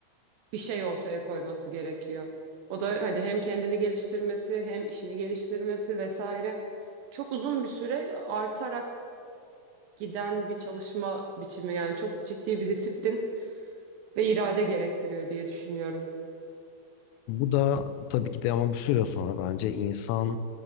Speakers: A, on the right; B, on the left.
A: bir şey ortaya koyması gerekiyor. O da hani hem kendini geliştirmesi hem işini geliştirmesi vesaire çok uzun bir süre artarak giden bir çalışma biçimi yani çok ciddi bir disiplin ve irade gerektiriyor diye düşünüyorum.
B: Bu da tabii ki de ama bir süre sonra bence insan